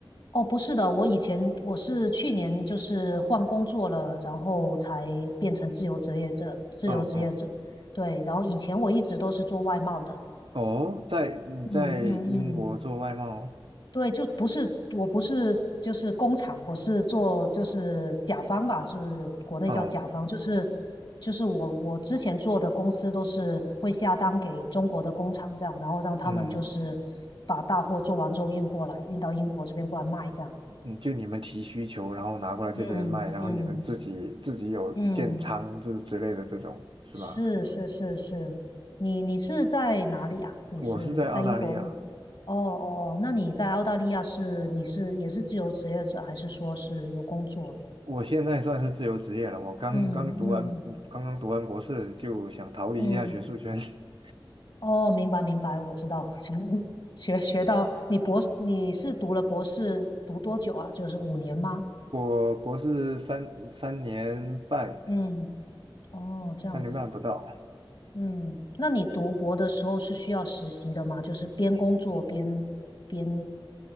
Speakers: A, on the left (about 55°); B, on the right (about 70°).
A: 哦，不是的，我以前我是去年就是换工作了，然后才变成自由职业者，自由职业者。
B: 嗯嗯，
A: 对，然后以前我一直都是做外贸的。
B: 哦，在你在英国做外贸，
A: 嗯嗯嗯，对，就不是，我不是就是工厂，我是做就是甲方吧，是不是国内叫甲方，
B: 哦，
A: 就是就是我我之前做的公司都是会下单给中国的工厂这样，然后让他们就是把大货做完之后运过来，
B: 嗯
A: 运到英国这边过来卖这样子。
B: 嗯，就你们提需求，然后拿过来这边卖，
A: 嗯嗯。
B: 然后你们自己自己有建仓之之类的这种是吗？
A: 嗯，是是是是，
B: 还是
A: 你你是在哪里啊？你是在英国吗？
B: 我是在澳大利亚，
A: 哦哦哦，那你在澳大利亚是你是也是自由职业者，还是说是有工作？
B: 我现在算是自由职业了，我刚刚读完嗯刚刚读完博士，
A: 嗯嗯
B: 就想逃离一下学术圈。
A: 嗯，
B: <laughs>
A: 哦，明白明白，我知道，<laughs> 就学学到你博你是读了博士读多久啊？就是五年吗？
B: 我博士三三年半，
A: 嗯，哦，这样子，
B: 三年半不到。
A: 嗯，那你读博的时候是需要实习的吗？就是边工作边边